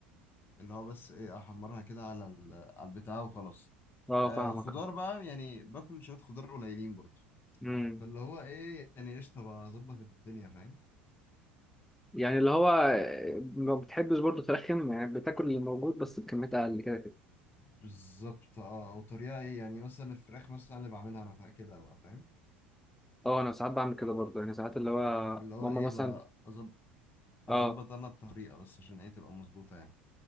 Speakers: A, on the left (about 35°); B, in the centre.
A: اللي هو بس ايه احمرها كده على ال- على البتاع وخلاص
B: اه
A: آه
B: فاهمك
A: خضار بقى يعني باكل شوية خضار قليلين برضه
B: امم
A: فاللي هو ايه يعني قشطة بقى اظبط الدنيا فاهم
B: يعني اللي هو ما بتحبش برضه ترخم يعني بتاكل اللي موجود بس بكميات اقل كده كده
A: بالظبط اه وطريقة ايه يعني مثلا الفراخ مثلا اللي بعملها انا فا- كده بقى فاهم
B: اه انا ساعات بعمل كده برضه يعني ساعات اللي هو
A: اللي هو
B: ماما
A: ايه
B: مثلا
A: بقى أظب-
B: اه
A: اظبط انا الطريقة بس عشان ايه تبقى مظبوطة يعني